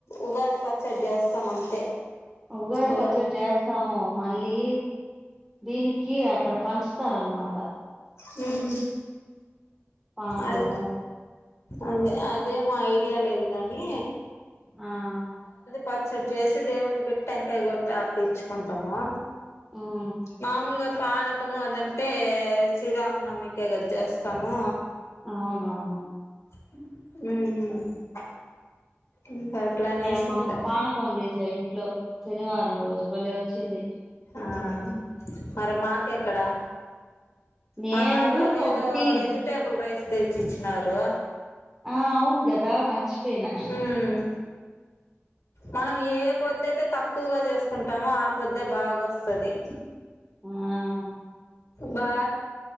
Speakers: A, on the left (about 80°); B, in the centre.
A: ఉగాది పచ్చడి చేస్తాం అంతే
B: ఉగాది
A: ఉగా
B: పచ్చడ్ జేస్తాము మళ్ళీ దీనికి అక్కడ పంచుతారనమాట
A: ముహు
B: పానకము
A: అద్ అదే అదే మయ్ డియా లేదు గానీ
B: ఆహ్
A: పచ్చడి జేసి దేవుడికి పెట్టి టెంకాయ కొట్టి ఆర్తీచ్చుకుంటము
B: మ్
A: మామూలుగా పనకం అదంటే శ్రీరామనవమికె గా చేస్తాము
B: అవునవును
A: ఉమ్ ఇంకా అట్లా అనేసి
B: నేను మొన్న
A: ఇంకా
B: పానకం చేసాయి ట్లో శనివారం రోజు భలేె ఒచ్చింది
A: ఆహ్ మరి మాకెక్కడా
B: నేను
A: మాకు ఆ రోజు
B: ఊరికి
A: ఏదో
B: ఒకటి
A: వెజిటేబుల్ రైస్ తెచ్చిచ్చినారు
B: ఆహ్ అవును గదా మచ్చిపోయినా
A: ఉమ్ మనం ఏ పొదైతే తక్కువగా చేస్ కుంటామో ఆ పొద్దే బాగొస్తది
B: ఆహ్
A: బా